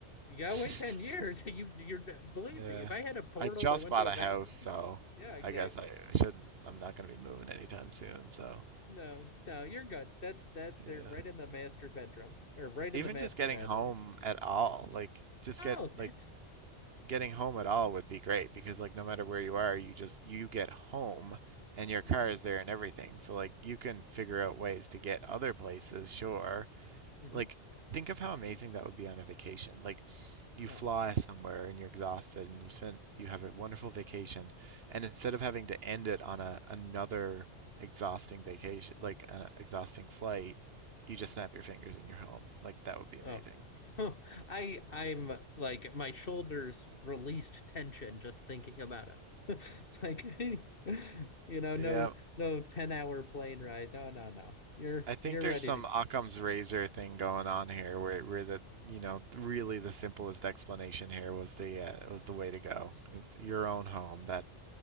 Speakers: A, on the left; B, on the right.
A: you gotta
B: <laughs>
A: wait ten years. <laughs> You, you're believe
B: Yeah.
A: me, if I had a portal
B: I just
A: that went
B: bought
A: to a
B: a
A: bathroom,
B: house, so
A: <laughs> yeah, exactly.
B: I guess I, I shouldn't, I'm not going to be moving anytime soon, so
A: No, no, you're good. That's that.
B: yeah.
A: they're right in the master bedroom or right in
B: Even
A: the master
B: just getting
A: bathroom.
B: home at all, like just
A: Oh,
B: get like
A: that's
B: getting home at all would be great because like no matter where you are, you just you get home and your
A: mm-hmm,
B: car is there and everything. So like you can figure out ways to get other places, sure,
A: mm-hmm.
B: Like, think of how amazing that would be on a vacation. Like, you
A: Oh,
B: fly somewhere and you're exhausted and you spend you have a wonderful vacation and instead of having to end it on a another exhausting vacation like an exhausting flight you just snap your fingers and you're home like that would be
A: Oh,
B: amazing
A: <laughs> I I'm like my shoulders released tension just thinking about it. <laughs> Like, <laughs> you know,
B: yeah
A: no no 10 hour plane ride. No, no, no. You're
B: I think
A: you're
B: there's
A: ready
B: some
A: to
B: Occam's razor thing going on here where where the you know really the simplest explanation here was the uh, was the way to go it's your own home that